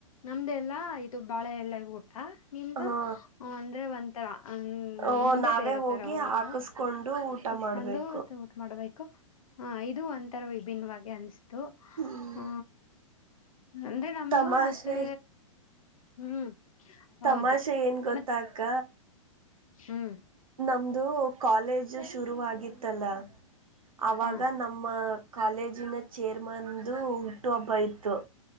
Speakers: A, on the left; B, on the right.
A: ನಮ್ದೆಲ್ಲಾ ಇದು ಬಾಳೆ ಎಲೆ ಊ ಹ ನಿಮ್ದು
B: ಹಾ
A: ಅಂದ್ರೆ ಒಂಥರ ಹ
B: ಓ
A: ನಿಮ್ದೇ
B: ನಾವೇ
A: ಬೇರೆ
B: ಹೋಗಿ
A: ತರ ಊಟ.
B: ಹಾಕಸ್ಕೊಂಡು ಊಟ
A: ಕತ್ಕೊಂಡು
B: ಮಾಡ್ಬೇಕು
A: ಉಟು ಮಾಡ್ಬೇಕು. ಹ ಇದು ಒಂಥರ ವಿಭಿನ್ನವಾಗಿ ಅನ್ಸತು
B: ಹ್ಮ್
A: ಹ ಅಂದ್ರೆ ನಮ್ದು
B: ತಮಾಷೆ
A: ಮತ್ತೆ <unintelligible> ಹ್ಮ್ ಹೌದು
B: ತಮಾಷೆ ಏನ್ ಗೊತ್ತಾ
A: ಮತ್
B: ಅಕ್ಕ
A: ಹ್ಮ್
B: ನಮ್ದು ಕಾಲೇಜ್ ಶುರುವಗಿತ್ತಲ್ಲ ಅವಾಗ
A: ಹಾ
B: ನಮ್ಮ ಕಾಲೇಜಿನ ಚೇರ್ಮನ್ದು ಹುಟ್ಟು ಹಬ್ಬ ಇತ್ತು